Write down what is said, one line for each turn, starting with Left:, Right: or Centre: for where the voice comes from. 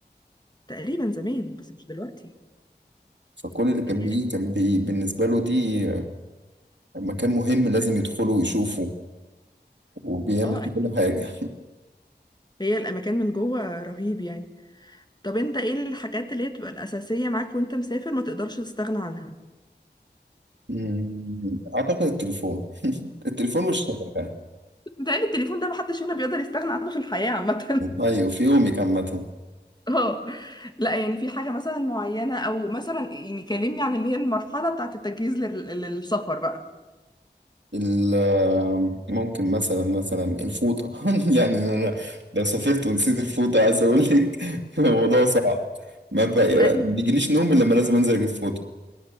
Left: تقريبا زمان بس مش دلوقتي
Right: فكل اللي كان
Left: يعني
Right: بيجي
Left: هي-
Right: كان بي بالنسبة له دي مكان مهم لازم يدخله ويشوفه وبيعمل
Left: اه
Right: فيه
Left: اكيد
Right: كل حاجة
Left: هي الاماكن من جوه رهيب يعني طب انت ايه الحاجات اللي هي بتبقى الاساسيه معاك وانت مسافر ما تقدرش تستغنى عنها
Right: مم، أعتقد التليفون التليفون والشبكة
Left: بتهيألي التليفون ده محدش هنا بيقدر يستغنى عنه في الحياه عامه
Right: أيوة في يومي عامة
Left: اه لا يعني في حاجة مثلا معينة او مثلا يعني كلمني عن اللي هي المرحلة بتاعت التجهيز لل- للسفر بقى
Right: ال- ممكن مثلا مثلا الفوطة <laughs> يعني أنا لو سافرت ونسيت الفوطة عايز أقول لك <laughs> الموضوع صعب ما بقى-
Left: ايوه
Right: بيجيليش نوم إلا لما لازم أنزل أجيب فوطة